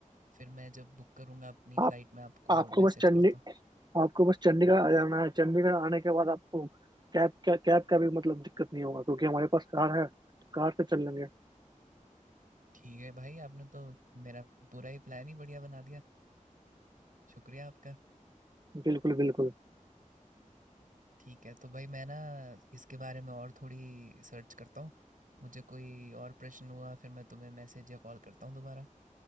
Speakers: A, on the right (about 80°); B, on the right (about 30°).
A: फिर मैं जब बुक करूँगा अपनी
B: आप
A: फ़्लाइट में आपको
B: आपको
A: मैसेज
B: बस चंडी
A: करता हूँ
B: आपको बस चंडीगढ़ आ जाना है चंडीगढ़ आने के बाद आपको कैब का कैब का भी मतलब दिक्कत नहीं होगा क्योंकि हमारे पास कार है तो कार से चल लेंगे
A: ठीक है भाई आपने तो मेरा पूरा ही प्लान ही बढ़िया बना दिया शुक्रिया आपका
B: बिल्कुल बिल्कुल
A: ठीक है तो भाई मैं ना इसके बारे में और थोड़ी सर्च करता हूँ मुझे कोई और प्रश्न हुआ फिर मैं तुम्हें मैसेज या कॉल करता हूँ दोबारा